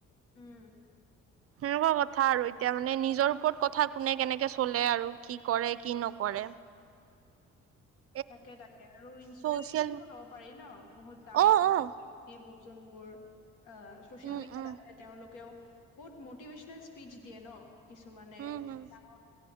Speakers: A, on the left; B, on the right.
A: উম।
B: সেনেকুৱা কথা আৰু, এতিয়া মানে নিজৰ ওপৰত কথা, কোনে কেনেকে চলে আৰু কি কৰে কি নকৰে? <unintelligible>
A: তাকে তাকে আৰু ইনস্পিৰেচনো
B: ছচিয়েল
A: অ। পাৰি ন, বহুত ডাঙৰ
B: অ' অ'
A: ব্যক্তিৰ যোনবোৰ। আহ চচিয়েল
B: উম
A: মিডিয়াত
B: উম
A: আছে তেওঁলোকেও বহুত মটিভেশ্যনেল স্পিচ দিয়ে ন। কিছুমানে
B: উম, হম,
A: ডাঙৰ।